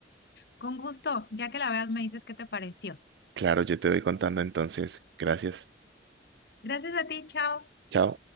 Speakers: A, on the left; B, on the right.
A: Con gusto, ya que la veas me dices qué te pareció.
B: Claro, yo te voy contando entonces. Gracias.
A: Gracias a ti, chao.
B: Chao.